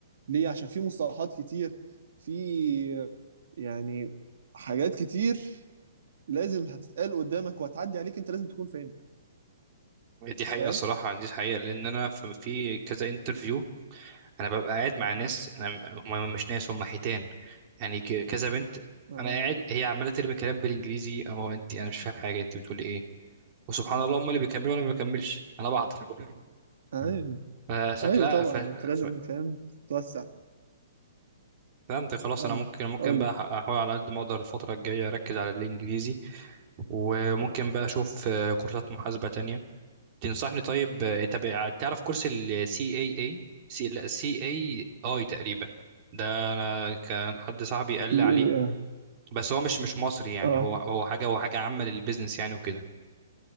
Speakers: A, on the right; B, on the right.
A: ليه عشان في مصطلحات كتير في آه، يعني حاجات كتير لازم هتتقال قدامك وهتعدي عليك انت لازم تكون فاهمها
B: دي حقيقة
A: فاهم
B: الصراحة دي حقيقة لأن أنا في في كذا انترفيو أنا ببقى قاعد مع ناس أنا هم مش ناس هم حيتان يعني ك- كذا بنت
A: آه.
B: أنا قاعد هي عمالة ترمي كلام بالإنجليزي أو أنت أنا مش فاهم حاجة أنت بتقولي إيه وسبحان الله هم اللي بيكملوا وأنا ما بكملش أنا بعطل
A: ايوه
B: مم. فشكلها
A: ايوه طبعا
B: ف...
A: انت لازم
B: ف...
A: فاهم توسع
B: فهمت خلاص
A: كمل
B: انا ممكن ممكن
A: قول لي
B: بقى أح- احاول على قد ما اقدر الفتره الجايه اركز على الانجليزي وممكن بقى اشوف آه، كورسات محاسبه تانية تنصحني طيب آه، طب آه، تعرف كورس ال CAA سي لا CAI تقريبا ده انا كان حد صاحبي قال لي
A: دي
B: عليه
A: ايه اه
B: بس هو مش مش مصري يعني
A: آه،
B: هو هو حاجه هو حاجه عامه للبيزنس يعني وكده